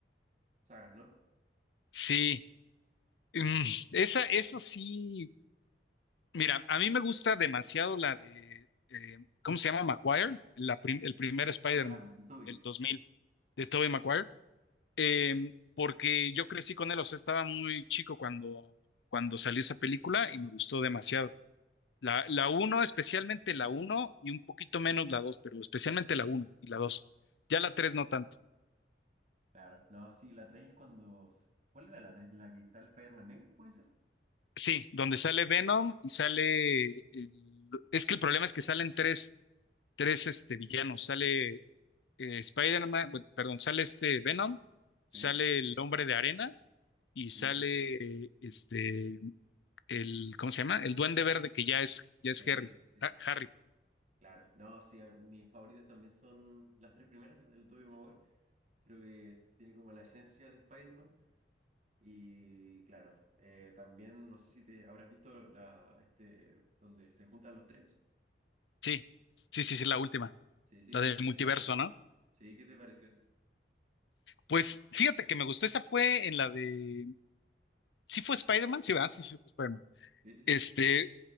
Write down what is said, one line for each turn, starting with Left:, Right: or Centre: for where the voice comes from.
Right: sagas, ¿no?
Left: sí. Mm, esa, eso sí. Mira, a mí me gusta demasiado la de, eh, ¿cómo se llama? Maguire, la prim- el primer Spider-Man
Right: Ah, claro, el Toby.
Left: del 2000, de Tobey Maguire, eh, porque yo crecí con él, o sea, estaba muy chico cuando, cuando salió esa película y me gustó demasiado. La, la uno, especialmente la uno y un poquito menos la 2, pero especialmente la uno y la 2. Ya la 3 no tanto.
Right: Claro, no, sí, la tres es cuando... ¿Cuál era la tres? ¿La que está el Spider-Man negro, puede ser?
Left: Sí, donde sale Venom y sale... el- es que el problema es que salen tres, tres este, villanos. Sale eh, Spider-Man, bu- perdón, sale este Venom,
Right: Sí,
Left: sale el Hombre de Arena y
Right: sí,
Left: sale
Right: sí, sí,
Left: eh, este el ¿cómo se llama? El Duende Verde que ya es ya es
Right: sí,
Left: Harry.
Right: sí,
Left: Ha-
Right: sí, sí.
Left: Harry.
Right: Claro, no, sí, a- mis favoritas también son las tres primeras, las del Tobey Maguire. Creo que tiene como la esencia de Spider-Man. Y claro, eh, también no sé si te habrás visto la, este, donde se juntan los tres.
Left: Sí. Sí, sí, sí, la última,
Right: Sí, sí,
Left: la
Right: ¿qué
Left: del
Right: te, qué
Left: multiverso,
Right: te pareció?
Left: ¿no?
Right: Sí, ¿qué te pareció esa?
Left: Pues fíjate que me gustó esa fue en la de sí fue Spider-Man, sí, va, Sí, sí fue Spider-Man.
Right: Sí, sí, sí.
Left: Este,